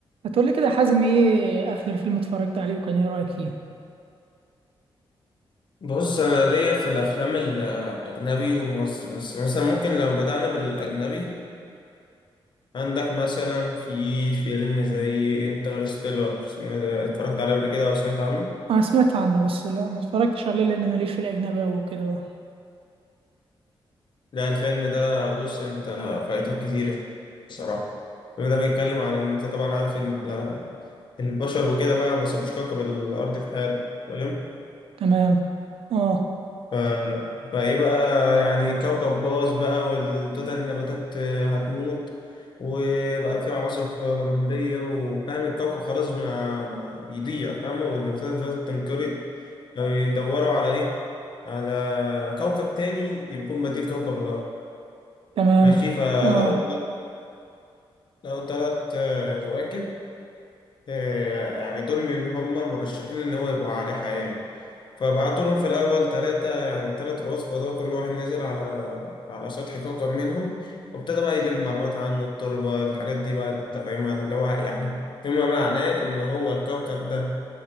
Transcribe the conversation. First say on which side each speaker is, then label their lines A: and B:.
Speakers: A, on the right (about 75°); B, on the left (about 55°).
A: هتقولي كده يا حازم ايه اخر فيلم اتفرجت عليه وكان ايه رأيك فيه
B: بص انا ليا في الافلام الاجنبي والمصري بس مثلا ممكن لو بدأنا بالاجنبي عندك مثلا في فيلم زي انترستيلر اتفرجت عليه قبل كده او سمعت عنه
A: انا سمعت عنه بس لا ما اتفرجتش عليه لان ماليش في الاجنبي أوي وكده بقى
B: لا الفيلم ده بص انت فايتك كتير الصراحة الفيلم ده بيتكلم عن ان انت طبعا عارف ان ال- البشر وكده بقى ما سابوش كوكب الارض في حاله تمام
A: تمام اه
B: ف... فايه بقى يعني كوكب باظ بقى وابتدى النباتات هتموت وبقى في عواصف رملية وفاهم الكوكب خلاص ما... ما بيضيع فاهمة والنباتات ابتدت تنقرض فبيدوروا على ايه على كوكب تاني يكون بديل كوكب الأرض
A: تمام
B: ماشي فلقوا
A: اه
B: لقوا تلات كواكب آه، يعني دول اللي هم مرشحين إن هو يبقوا عليه حياة فبعتوا لهم في الأول تلاتة يعني التلات رؤوس فضاء كل واحد نزل على على سطح كوكب منهم وابتدى بقى يلم معلومات عن التربة الحاجات دي بقى أنت فاهمها اللي هو يعني فيما معناه إن هو الكوكب ده